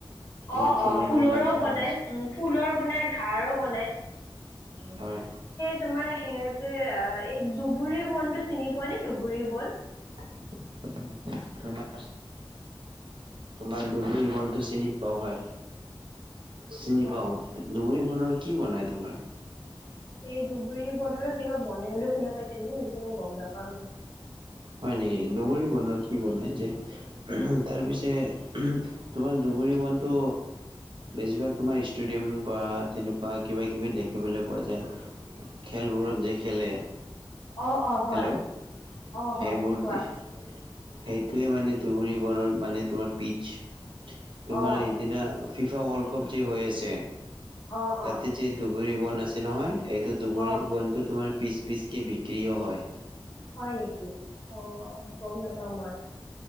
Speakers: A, on the right; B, on the left.
A: তোমাৰ
B: অঁ
A: ফুলৰ
B: অঁ ফুলৰো
A: তাৰ
B: বনাই
A: পিছত
B: উ ফুলৰ বনাই ঘাৰো বনায়।
A: হয়।
B: তোমাৰ সেই যে এই দুবুৰী বনটো চিনি পোৱা নে দুবুৰী বন?
A: <unintelligible> তোমাৰ দুবুৰী বনটো চিনি পাওঁ হয় চিনি
B: অঁ
A: পাওঁ। ধুবুৰি বনৰ কি বনায় তোমাৰ।
B: সেই ধুবুৰী বনৰো কিবা বনে বুলি শুনা পাইছিলো কিন্তু গম নাপাওঁ মই।
A: হয় নেকি, দুবৰি বনৰ কি বনাই যে তাৰপিছে তোমাৰ দুবৰী বনটো বেছিভাগ তোমাৰ ইষ্টোদিয়াম বা তেনেকুৱা কিবা কিবি দেখিবলৈ পোৱা যায়। খেলবোৰত যে খেলে
B: অঁ অঁ হয়।
A: হেল্ল'
B: অঁ হয়
A: সেইবোৰ
B: কোৱা
A: দি সেইটোৱে মানে দুবুৰী বনৰ মানে তোমাৰ পিচ। তোমাৰ
B: অঁ
A: সেদিনা ফিফা ৱৰ্ল্ড কাপ যে হৈ আছে
B: অঁ অঁ
A: তাতে যে দুবুৰি বন আছে নহয় এইটো দুবুৰী
B: অঁ
A: বনটো তোমাৰ পিচ -পিচকে বিক্ৰীয়ো হয়।
B: হয় নেকি অ, গম নাপাওঁ মই